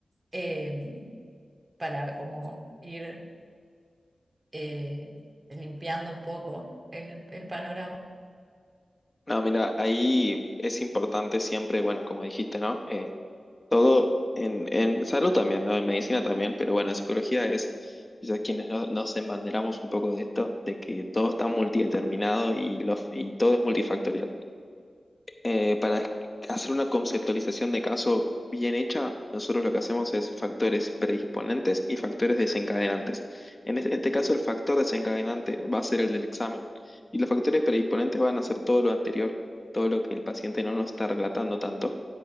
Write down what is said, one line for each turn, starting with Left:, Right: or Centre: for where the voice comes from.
Right: eh, para como ir eh, limpiando un poco el, el panorama.
Left: No, mira, ahí es importante siempre, bueno, como dijiste, ¿no? Eh, Todo en, en salud también, ¿no? En medicina también, pero bueno, en psicología es quizás quienes no- nos embanderamos un poco de esto, de que todo está multideterminado y, lo- y todo es multifactorial. Eh, para hacer una conceptualización de caso bien hecha, nosotros lo que hacemos es factores predisponentes y factores desencadenantes. En este, este caso, el factor desencadenante va a ser el del examen y los factores predisponentes van a ser todo lo anterior, todo lo que el paciente no nos está relatando tanto.